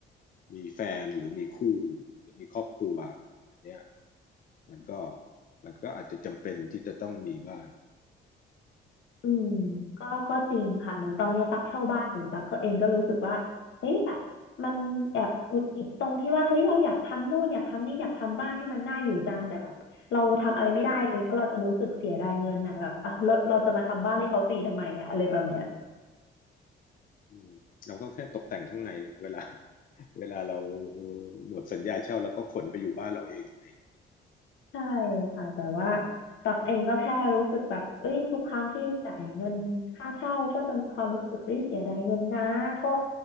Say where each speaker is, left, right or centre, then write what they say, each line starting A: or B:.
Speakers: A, on the left; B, on the left.
A: มีแฟนหรือมีคู่หรือมีครอบครัวเนี่ยมันก็มันก็อาจจะจำเป็นที่จะต้องมีบ้าน
B: อืมก็ก็จริงค่ะเหมือนตอนเนี้ยตักเช่าบ้านอยู่ตักก็เองก็รู้สึกว่าเฮ้ยแบบมันแอบหงุดหงิดตรงที่ว่าเฮ้ยเราอยากทำนู่นอยากทำนี่อยากทำบ้านให้มันน่าอยู่จังแต่แบบเราทำอะไรไม่ได้เลยเพราะเราจะรู้สึกเสียดายเงินอ่ะแบบ <laughs> อ่ะเราเราจะมาทำบ้านให้เขาฟรีทำไมอ่ะอะไรแบบเนี้ย
A: อืมเราก็แค่ตกแต่งข้างในอะเวลา เวลาเราหมดสัญญาเช่าเราก็ขนไปอยู่บ้านเราเองนี่
B: ใช่ค่ะแต่ว่าตักเองก็แค่รู้สึกแบบเอ้ยทุกครั้งที่จ่ายเงินค่าเช่าก็จะมีความรู้สึกเอ้ยเสียดายเงินนะก็